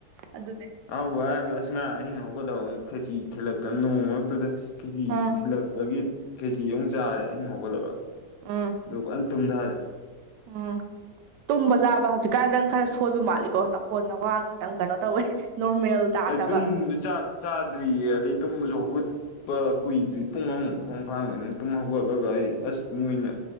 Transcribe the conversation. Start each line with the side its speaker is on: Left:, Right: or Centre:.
Right: ꯑꯗꯨꯅꯦ
Left: ꯑꯍꯥꯎꯕ ꯍꯥꯏꯔꯒ ꯑꯁ ꯉꯥ ꯑꯍꯤꯡ ꯍꯧꯒꯠꯂꯒ ꯑꯃꯨꯛ ꯈꯦꯆꯤ ꯊꯤꯜꯂꯛꯇꯅ ꯅꯣꯡꯃ ꯃꯔꯛꯇꯨꯗ ꯀꯦꯖꯤ
Right: ꯎꯝ
Left: ꯊꯤꯜꯂꯛꯄꯒꯤ ꯀꯦꯖꯤ ꯑꯃꯨꯛ ꯆꯥꯔꯦ ꯑꯍꯤꯡ ꯍꯧꯒꯠꯂꯒ
Right: ꯎꯝ
Left: ꯑꯗꯨ ꯐꯖꯅꯇꯨꯝꯊꯔꯦ
Right: ꯎꯝ ꯇꯨꯝꯕ ꯆꯥꯕ ꯍꯧꯖꯤꯛꯀꯥꯟ ꯅꯪ ꯈꯔ ꯁꯣꯏꯕ ꯃꯥꯜꯂꯤ ꯀꯣ ꯅꯀꯣꯟ ꯅꯀꯋꯥ ꯈꯇꯪ ꯀꯩꯅꯣ ꯇꯧꯋꯦ ꯅꯣꯔꯃꯦꯜ ꯇꯥꯗꯕ
Left: ꯇꯨꯝꯗ ꯆꯥꯛ ꯆꯥꯗ꯭ꯔꯤꯌꯦ ꯑꯗꯩ ꯇꯨꯝꯃꯁꯨ ꯍꯧꯒꯠ ꯄꯥ ꯀꯨꯏꯗ꯭ꯔꯤ ꯄꯨꯡ ꯑꯃꯃꯨ ꯇꯪ ꯐꯥꯔꯝꯒꯅꯤ ꯇꯨꯝ ꯍꯧꯒꯠꯂꯒ ꯑꯩ ꯑꯁ ꯃꫭꯏꯅ